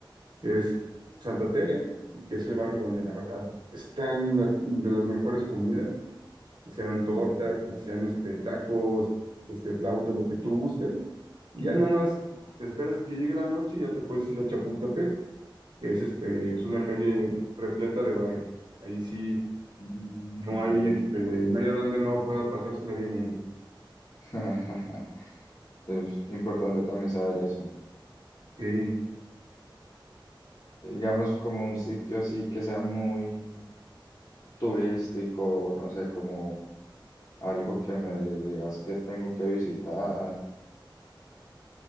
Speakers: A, on the right (about 60°); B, on the left (about 45°).
A: que es Santa Tere, que es el barrio donde la verdad están la- de las mejores comidas, sean tortas,
B: ok,
A: sean este, tacos, este, flautas, lo que tú gustes. Y ya nomás te esperas a que llegue la noche y ya te puedes ir a Chapultepec, que es este, pues, una calle repleta de bares. Ahí sí.
B: mm,
A: No
B: ok.
A: hay, este, no hay a donde no pueda pasársela bien uno.
B: <laughs> Es importante también saber eso.
A: Sí.
B: digamos, como un sitio así que sea muy turístico, no sé, como algo que me digas que tengo que visitar.